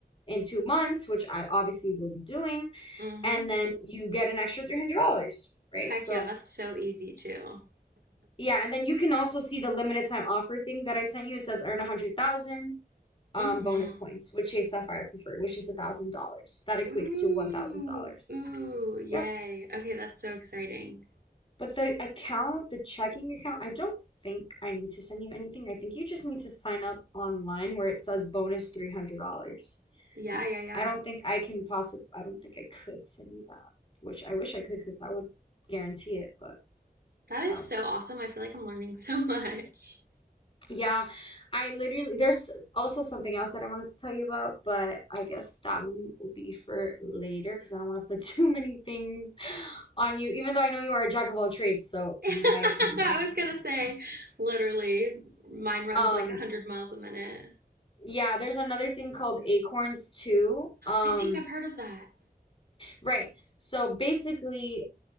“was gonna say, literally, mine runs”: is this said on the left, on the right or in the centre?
Right